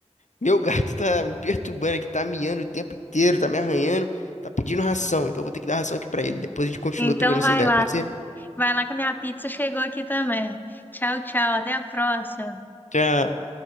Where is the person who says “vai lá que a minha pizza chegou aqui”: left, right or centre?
Left